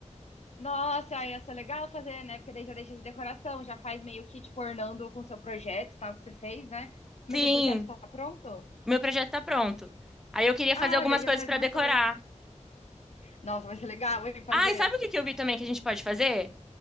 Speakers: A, on the left; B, in the centre.
A: Nossa, aí ia ser legal fazer, né? Porque daí já deixa de decoração, já faz meio que tipo ornando com seu projeto, tal, que você fez, né? Mas
B: Sim,
A: seu projeto tá pronto?
B: meu projeto tá pronto. Aí eu queria
A: Ah,
B: fazer algumas
A: daí já
B: coisas
A: faz
B: pra
A: uma
B: decorar.
A: cor. Nossa, vai ser legal, hein, fazer.
B: Ah, e sabe o que que eu vi também que a gente pode fazer?